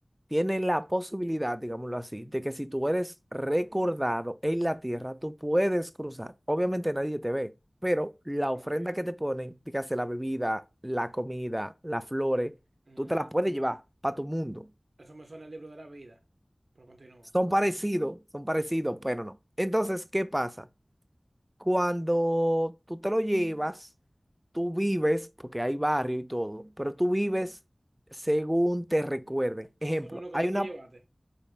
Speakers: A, on the right; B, on the right.
A: tiene la posibilidad, digámoslo así, de que si tú eres recordado en la tierra, tú puedes cruzar. Obviamente nadie te ve, pero la ofrenda
B: ok.
A: que te ponen, dígase la bebida, la comida, las flores,
B: Mm,
A: tú te las puedes llevar para tu mundo.
B: eso me suena al libro de la vida, pero continúa.
A: Son
B: O
A: parecidos, son parecidos, pero no. Entonces, ¿qué pasa? Cuando tú te lo llevas, tú vives, porque hay barrio y todo, pero tú vives según te recuerden. Ejemplo,
B: sea, según lo que
A: hay
B: tú
A: una,
B: te llevaste.